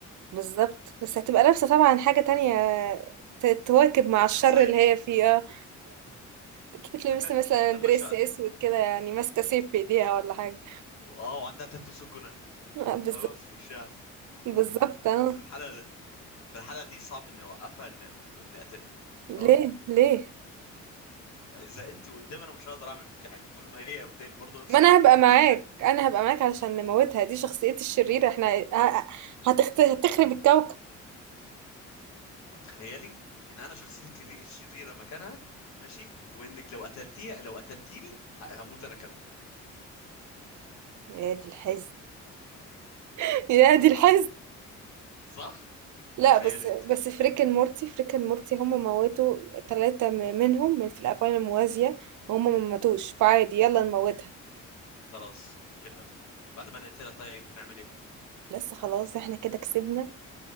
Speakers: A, on the right (about 75°); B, on the left (about 65°).
A: بالظبط بس هتبقى لابسة طبعا حاجة تانية ت- تواكب مع
B: كشخصيه
A: الشر اللي هي فيه اه اكيد تلبس
B: <laughs>
A: مثلا
B: لما
A: دريس
B: شاء
A: اسود كده يعني ماسكة سيف في ايديها ولا حاجة
B: اه وعندها تاتو سكنه
A: آه، بالظبط
B: فاهمة في وشها
A: بالظبط اه
B: في الحاله في الحاله دي صعب اني اوقفها ان ان اقتلها بصراحه
A: ليه ليه
B: اذا انت قدامي انا مش هقدر اعمل فيكي حاجه امال ما هي قدامي برضه نفس
A: ما
B: الشبه
A: انا هبقى
B: ونفس
A: معاك
B: الشكل
A: انا هبقى معاك علشان نموتها دي شخصيتي الشريرة احنا ه- ه- هتخت... هتخرب الكوكب
B: طب تخيلي ان انا شخصيتك الري- الشريره مكانها ماشي وانك لو قتلتيها لو قتلتيني ه- هموت انا كمان
A: يا دي الحزن <laughs> يا دي
B: صح
A: الحزن
B: صح
A: لا
B: تخيلي
A: بس
B: انت
A: بس
B: بقى
A: فريك اند مورتي فريك اند مورتي هم موتوا ثلاثة منهم من في الأكوان الموازية وهم ما ماتوش فعادي يلا نموتها
B: خلاص وكل هير بعد ما نقتلها طيب هنعمل ايه
A: بس خلاص احنا كده كسبنا